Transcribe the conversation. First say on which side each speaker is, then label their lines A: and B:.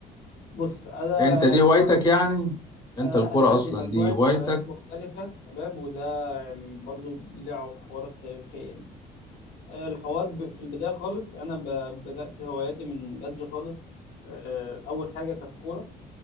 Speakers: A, on the left (about 85°); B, on the left (about 25°).
A: بص انا
B: انت
A: يعني
B: دي هوايتك
A: هو
B: يعني انت
A: انا
B: الكرة
A: لا انا عندي
B: اصلا
A: مجموعه
B: دي هوايتك
A: هوايات مختلفه تمام وده يعني برضو له حوارات تاريخيه يعني آه، الحوار ب- في البدايه خالص انا ب- بدات هواياتي من بدري خالص آه، اول حاجه كانت كوره